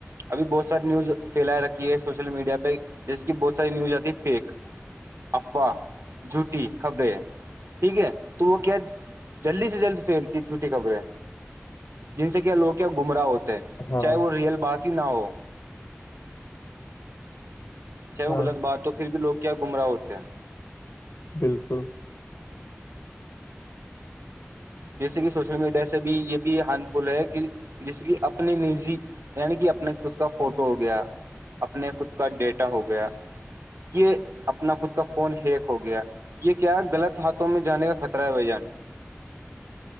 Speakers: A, on the right; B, on the left.
A: ابھی بہت ساری نیوز پھیلا رکھی ہے سوشل میڈیا پہ جس کی بہت ساری نیوز آتی ہے فیک افوا جھوٹی خھبریں ہے ٹھیک ہے تو وہ کیا جلدی سے جلد پھیلتی جھوٹی خبریں جن سے کیا لوگ کیا گمراہ ہوتے ہیں
B: ہاں
A: چاہے وہ ریئل بات ہی نہ ہو چاہے
B: ہاں
A: وہ غط بات ہو پھر بھی لوگ کیا گمراہ ہوتے ہیں
B: بالکل
A: جیسے کہ سوشل میڈیا سے بھی یہ بھی ہارم فل ہے کہ جس کی اپنی نجی یعنی کہ اپنے خود کا فوٹو ہو گیا اپنے خود کا ڈیٹا ہو گیا یہ اپنا خود کا فون ہیک ہو گیا یہ کیا غلط ہاتھوں میں جانے کا خطرہ ہے بھ جان